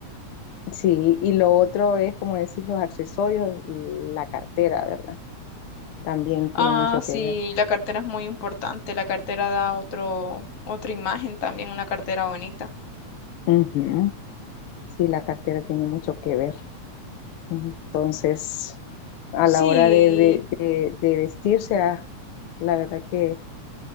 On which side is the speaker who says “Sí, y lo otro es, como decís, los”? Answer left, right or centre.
Left